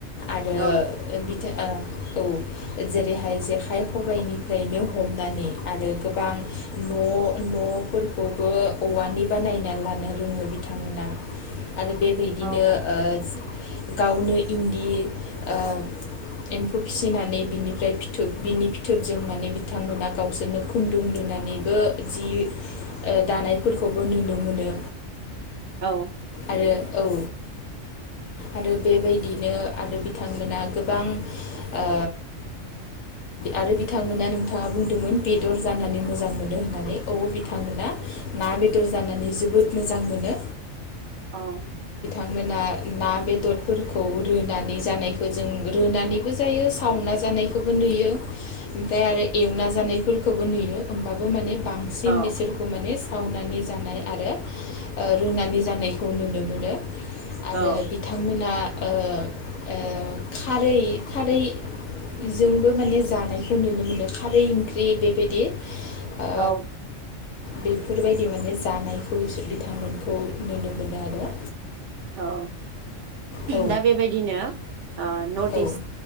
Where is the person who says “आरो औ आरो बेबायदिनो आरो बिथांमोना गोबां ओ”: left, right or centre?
Left